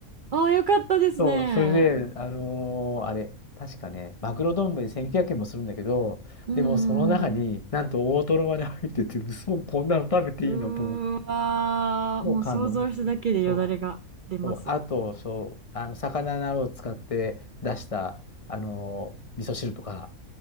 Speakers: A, on the right; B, on the left.
A: あー、よかったですね。
B: そう、それで、あのーあれ、確かね、マグロ丼1900円もするんだけど、
A: うんう
B: でもその中になんと大トロまで入ってて、
A: んうん。
B: そこんなの食べていいのと思って、
A: うーわー、
B: もう感動ですね。
A: もう想像しただけでよだれが出ます。
B: そう、そう、あと、そう、あの、魚などを使って出した、あのー味噌汁とか、